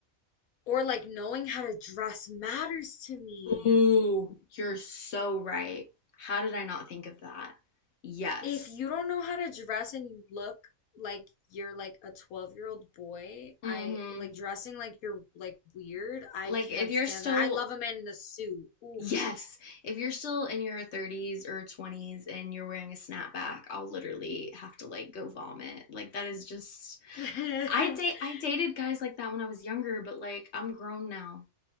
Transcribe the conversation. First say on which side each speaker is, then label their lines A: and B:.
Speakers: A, on the left; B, on the left.
A: Or like knowing how to dress matters to me.
B: Ooh, you're so right. How did I not think of that? Yes.
A: If you don't know how to dress and you look like you're like a 12-year-old boy,
B: Mm-hmm.
A: I like dressing like you're like weird. I
B: Like
A: can't
B: if you're
A: stand
B: still,
A: that. I love a man in a suit. Oof.
B: yes, if you're still in your 30s or 20s and you're wearing a snapback, I'll literally have to like go vomit. Like that is just
A: <laughs>
B: I date I dated guys like that when I was younger, but like I'm grown now.